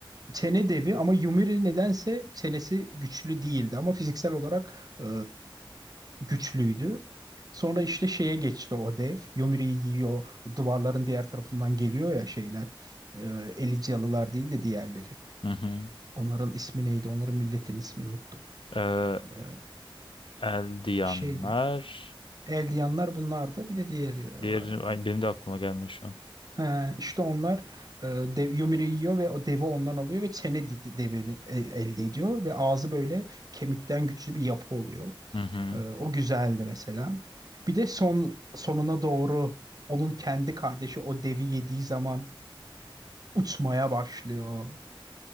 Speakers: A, on the right; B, on the left.
A: Sene devi ama Yumiri nedense senesi güçlü değildi ama fiziksel olarak e, güçlüydü. Sonra işte şeye geçti o dev. Yumiri'yi yiyor. o Duvarların diğer tarafından geliyor ya şeyler. E, Elysialılar değil de diğerleri.
B: Hı hı.
A: Onların ismi neydi? Onların milletin ismini unuttum.
B: Ee,
A: E,
B: Eldiyanlar.
A: bir şeydi. Eldiyanlar bunlardı. Bir de diğerleri
B: Diğer,
A: vardı.
B: ay, benim de aklıma gelmiyor şu an.
A: He, işte onlar e, dev, Yumru'yu yiyor ve o devi ondan alıyor ve çene di- devi de- e, elde ediyor ve ağzı böyle kemikten güçlü bir yapı oluyor.
B: Hı hı.
A: E, o güzeldi mesela. Bir de son sonuna doğru onun kendi kardeşi o devi yediği zaman uçmaya başlıyor.